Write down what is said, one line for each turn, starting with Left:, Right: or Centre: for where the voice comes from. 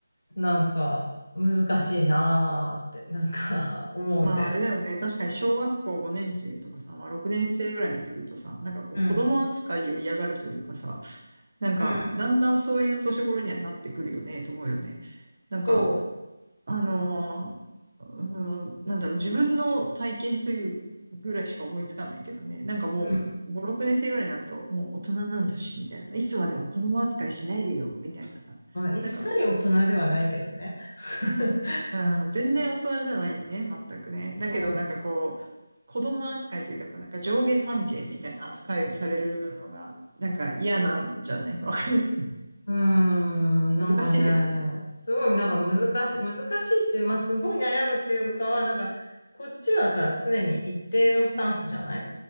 Left: なんか難しいなーって、なんか <laughs> 思うんだよね。
Right: まああれだよね。確かに小学校5年生とかさ、まあ6年生ぐらいになってくるとさ、なんかこう子供扱いを嫌がるというかさ、
Left: うん。
Right: なんかだんだんそういう年頃にはなってくるよね、
Left: うん。
Right: と思うよね。なんか、
Left: そ
Right: あのー、うん、なんだろう、自分の体験というぐらいしか思いつかないけどね。なんかもう、
Left: う。うん。
Right: 5、6年生ぐらいになると、もう大人なんだし、みたいな。いつまでも子供扱いしないでよ、みたいなさ。
Left: まあ、一切大人ではないけどね。
Right: なんか、
Left: <laughs>
Right: うん、全然大人じゃないね、全くね。だけどなんかこう、
Left: そう。
Right: 子供扱いというか、やっぱなんか上下関係みたいな扱いをされるのが、なんか嫌なんじゃない <laughs> わかんないけど。
Left: うん、うーんなんかね、
Right: 難しいけどね。
Left: すごいなんか難しい、難しいって、まあすごい悩むっていうかは、なんか、こっちはさ、常に一定のスタンスじゃない